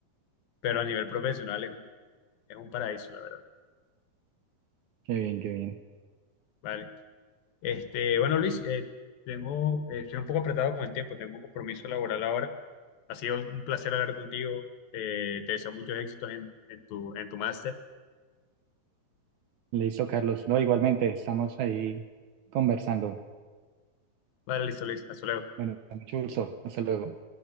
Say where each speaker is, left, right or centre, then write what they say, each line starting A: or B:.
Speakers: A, on the left; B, on the right.
A: pero a nivel profesional es, un- es un paraíso, la verdad.
B: Qué bien, qué bien.
A: Vale. Este, bueno, Luis, eh, tengo, eh, estoy un poco apretado con el tiempo, tengo un compromiso laboral ahora. Ha sido un placer hablar contigo. eh, te deseo muchos éxitos en, en tu, en tu máster.
B: Listo, Carlos. No, igualmente, estamos ahí conversando.
A: Vale, listo, Luis. Hasta luego.
B: Bueno, mucho gusto. Hasta luego.